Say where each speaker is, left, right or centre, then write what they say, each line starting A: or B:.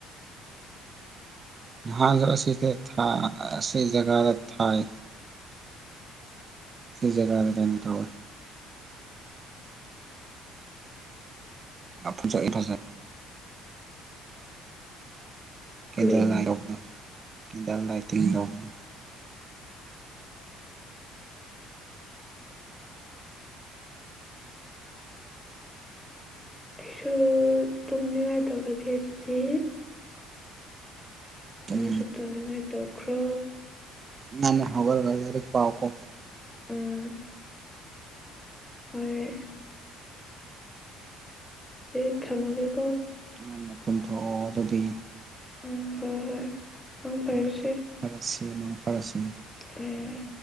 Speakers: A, on the right; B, in the centre.
A: ꯉꯍꯥꯟꯁꯨ ꯑꯁꯤꯗ ꯊꯥ ꯑꯁꯤ ꯖꯒꯥꯗ ꯊꯥꯏ ꯁ ꯖꯒꯥꯗ ꯀꯩꯅꯣꯡ ꯇꯧꯌꯦ ꯃꯈꯥꯖꯥꯏ ꯗꯨꯗ ꯀꯦꯟꯗꯦꯜ
B: ꯀꯔꯤꯅꯣ
A: ꯂꯥꯏ ꯂꯒꯅ ꯀꯦꯟꯗꯦꯜ ꯂꯥꯏꯇꯤꯡ ꯊꯧꯕꯗꯨ
B: ꯑꯩꯁꯨ ꯇꯨꯝꯅꯤꯡꯉꯥꯏ ꯇꯧꯔꯒꯦ ꯑꯗꯨꯗꯤ
A: ꯇꯨꯝ
B: ꯅꯪꯁꯨ ꯇꯨꯝꯅꯤꯡꯉꯥꯏ ꯇꯧꯈ꯭ꯔꯣ
A: ꯉꯟꯅ ꯍꯧꯔꯒ ꯂꯥꯔꯤꯛ ꯄꯥꯎꯀꯣ
B: ꯎꯝ ꯍꯣꯏ ꯑꯩ ꯊꯝꯃꯒꯦ
A: <unintelligible> ꯇꯨꯝꯊꯣꯛꯑꯣ ꯑꯗꯨꯗꯤ
B: ꯎꯝ ꯍꯣꯏ ꯍꯣꯏ ꯃꯪ ꯐꯔꯁꯦ
A: ꯎꯝ ꯐꯔꯁꯦ ꯃꯪ ꯐꯔꯁꯦ
B: ꯎꯝ